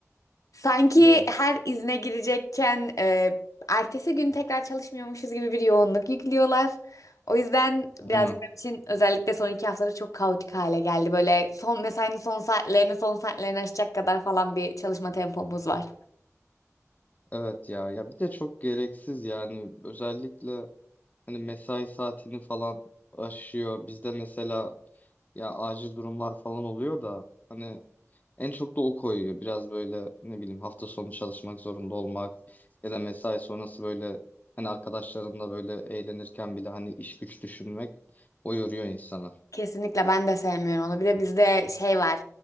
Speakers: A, on the left; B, on the left.
A: Sanki
B: Hı hı.
A: her izne girecekken e, ertesi gün tekrar çalışmıyormuşuz gibi bir yoğunluk yüklüyorlar. O yüzden birazcık
B: Değil mi?
A: benim için özellikle son iki haftada çok kaotik hale geldi. Böyle son mesainin son saatlerini son saatlerini aşacak kadar falan bir çalışma tempomuz var.
B: Evet ya ya bir de çok gereksiz yani özellikle Hani mesai saatini falan aşıyor. Bizde mesela ya acil durumlar falan oluyor da hani en çok da o koyuyor. Biraz böyle ne bileyim hafta sonu çalışmak zorunda olmak ya da mesai sonrası böyle hani arkadaşlarınla böyle eğlenirken bile hani iş güç düşünmek o yoruyor insanı.
A: Kesinlikle ben de sevmiyorum onu. Bir de bizde şey var.